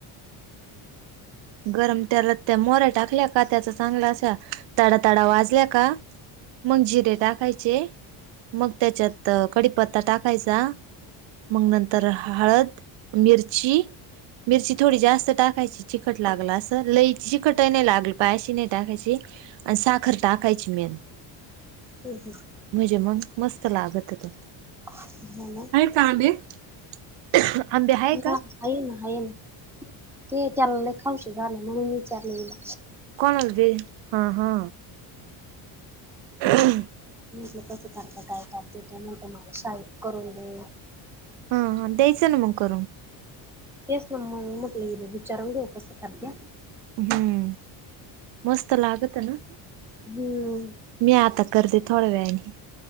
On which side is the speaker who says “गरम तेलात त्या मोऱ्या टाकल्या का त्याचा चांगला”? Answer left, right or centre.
Right